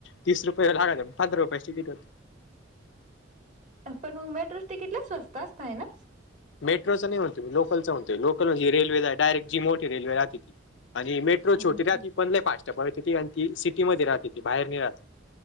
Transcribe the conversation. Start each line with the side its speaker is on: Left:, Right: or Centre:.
Left: तीस रुपये लागले पंधरा रुपये. होते.
Right: पण मग मेट्रो तिकीटला स्वस्त असत आहे ना.
Left: मेट्रो चा नाही म्हणतो मी लोकलचा म्हणतो लोकल हि रेल्वे डयरेक्टी जी मोठी रेल्वे राहते ती. आणि मेट्रो
Right: हो
Left: छोटी राहती
Right: का
Left: पण लय फास्ट पळते ते. आणि ती सिटी मध्ये राहत ती बाहेर नाही राहत.